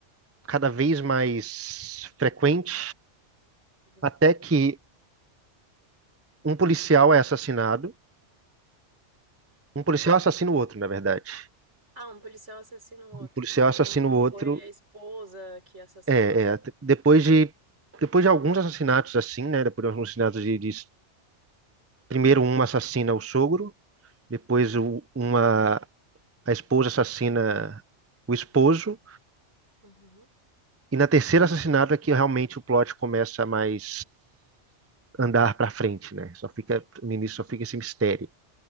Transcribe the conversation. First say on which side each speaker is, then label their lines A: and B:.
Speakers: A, on the right (about 15°); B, on the right (about 70°).
A: cada vez mais frequente,
B: Uhum.
A: até que um policial é assassinado. Um policial
B: Certo.
A: assassina o outro, na verdade.
B: Ah, um policial assassina o outro.
A: Um policial assassina
B: Não, não
A: o outro.
B: foi a esposa que assassinou
A: É,
B: nada.
A: é, depois de, depois de alguns assassinatos assim, né? Depois de alguns assassinatos de, de primeiro uma assassina o sogro, depois o- uma a esposa assassina o esposo,
B: Uhum.
A: E na terceira assassinato é que realmente o plot começa a mais andar para frente, né? Só fica, no início só fica esse mistério.